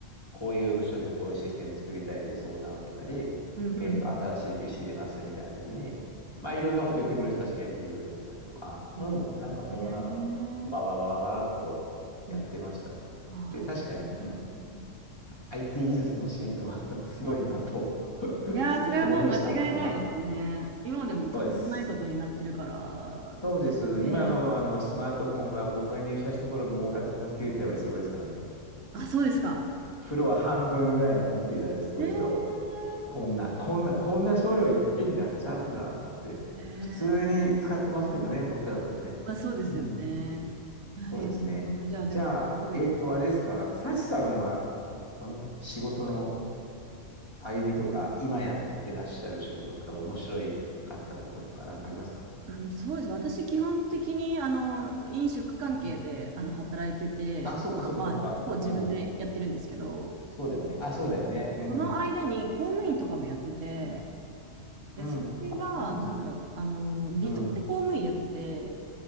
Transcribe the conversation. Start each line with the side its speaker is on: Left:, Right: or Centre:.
Left: こういう部署でこういうシステム作りたいという相談を受けたり、
Right: うん、
Left: えっと、
Right: うん。
Left: 新しい PC 入れますみたいな時に、まあ、いろんなこと言ってくる人たちがいるのでいろいろやったりとか、
Right: うんねえ
Left: うん、なんかそんなのを、わわわわわっとやってました。
Right: うん。ああ、
Left: で、確かに、
Right: そ
Left: うん、
Right: うね
Left: IT 技術の進化は <laughs> すごいなと <laughs>
Right: いやー、それはもう間違いないですね。
Left: 思いました、その後。
Right: 今でもとんでもないことになってるから、
Left: そうです。そうです。
Right: ねえ。
Left: 今の、あのスマートフォンは僕が入社した頃の大型コンピューターよりすごいですからね。
Right: あ、そうですか。
Left: フロア半分ぐらいのコンピューターよりすごいですよ。
Right: ええ
Left: こんな、こんな、こんな処理をいっぺんにやっちゃうんだ、つって。
Right: ええ
Left: 普通に使ってますけどね、僕らだってね。
Right: まあ、そうですよね。
Left: うん、
Right: はい。
Left: そうですね。
Right: なるほど。じゃあ、でも、
Left: じゃあ、
Right: すごい。
Left: えっと、あれですか、サチさんは、その仕事の歩みとか、今やってらっしゃる仕事とか、面白いかったこととか、なんかありますか
Right: うん、そうです。私、基本的に、あの、飲食関係で、
Left: うん。
Right: あの、働いてて、
Left: あ、
Right: でまあ、
Left: そっかそっかそっか。
Right: そう、自分でやってるんですけど、
Left: うん。そうだよね。あ、そうだよね。うん。
Right: その間に公務員とかもやってて、
Left: うん。
Right: で、
Left: うん。
Right: それは、
Left: う
Right: なんだろう、あの、離島で公務員やってて、
Left: ん。